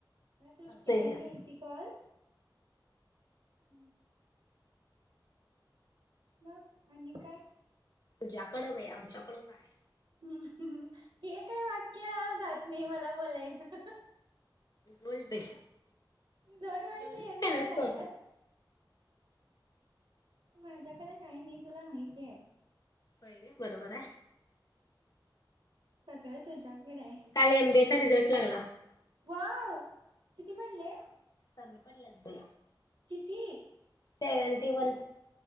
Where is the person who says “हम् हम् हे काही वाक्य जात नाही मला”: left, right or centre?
Right